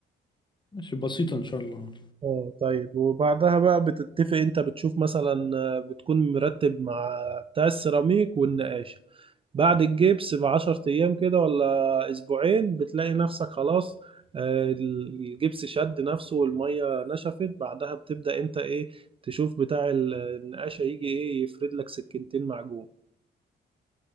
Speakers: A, on the left; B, on the right.
A: ماشي بسيطة ان شاء الله
B: اه طيب وبعدها بقى بتتفق انت بتشوف مثلا آه، بتكون مرتب مع بتاع السيراميك والنقاش بعد الجبس بعشر أيام كده ولا أسبوعين بتلاقي نفسك خلاص آه، الجبس شد نفسه والمية نشفت بعدها بتبدأ أنت إيه تشوف بتاع ال- النقاشة يجي إيه يفرد لك سكينتين معجون